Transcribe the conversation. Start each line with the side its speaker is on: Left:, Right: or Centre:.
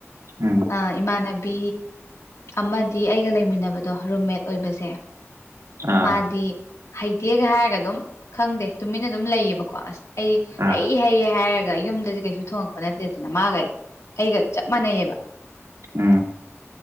Right: ꯎꯝ
Left: ꯑ ꯏꯃꯥꯅ ꯕꯤ ꯑꯃꯗꯤ ꯑꯩꯒ ꯂꯩꯃꯤꯟꯅꯕꯗꯣ ꯔꯨꯝꯃꯦꯠ ꯑꯣꯏꯕꯁꯦ
Right: ꯑꯥ
Left: ꯃꯥꯗꯤ ꯍꯩꯇꯦꯒ ꯍꯥꯏꯔꯒ ꯑꯗꯨꯝ ꯈꯪꯗꯦ ꯇꯨꯃꯤꯟꯅ ꯑꯗꯨꯝ ꯂꯩꯌꯦꯕꯀꯣ ꯑꯁ ꯑꯩꯗꯤ
Right: ꯑꯥ
Left: ꯍꯩꯌꯦ ꯍꯩꯌꯦ ꯍꯥꯏꯔꯒ ꯌꯨꯝꯗꯗꯤ ꯀꯩꯁꯨ ꯊꯣꯡꯉꯛꯄ ꯅꯠꯇꯦꯗꯅ ꯃꯥꯒ ꯑꯩꯒ ꯆꯞ ꯃꯥꯟꯅꯩꯌꯦꯕ
Right: ꯎꯝ